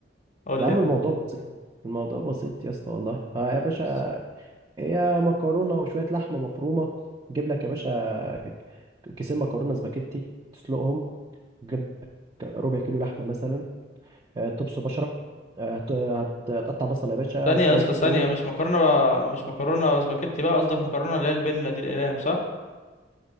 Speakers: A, on the left; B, on the right.
A: قول
B: يا
A: لي
B: عم الموضوع بسيط
A: يعني.
B: الموضوع بسيط يا اسطى والله ها يا
A: ايه
B: باشا
A: القصة
B: هي مكرونة وشوية لحمة مفرومة جيب لك يا باشا كيسين مكرونة سباكيتي تسلقهم جيب لك ربع كيلو لحمة مثلا آه، تبص بشرة آه، هت- هت- هتقطع بصل يا باشا
A: ثانية
B: شوية
A: يا اسطى ثانية
B: توم
A: مش مكرونة بقى مش مكرونة سباكيتي بقى قصدك مكرونة اللي هي البنة دي الأقلام صح؟